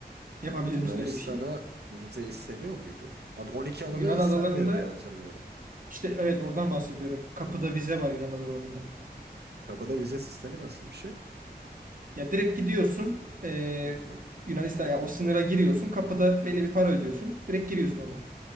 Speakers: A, on the right; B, on the right.
A: Yapabilir
B: Yunanistan'a
A: misin öyle bir şey?
B: vize isteniyor muydu? Ad 12 adalara
A: Yunan
B: istenmiyor
A: adalarında
B: diye hatırlıyorum.
A: işte evet oradan bahsediyorum. Kapıda vize var Yunan adalarında.
B: Kapıda vize sistemi nasıl bir şey?
A: Ya direkt gidiyorsun eee
B: Hı.
A: Yunanistan ya o sınıra giriyorsun. Kapıda belli bir para ödüyorsun. Direkt giriyorsun oradan.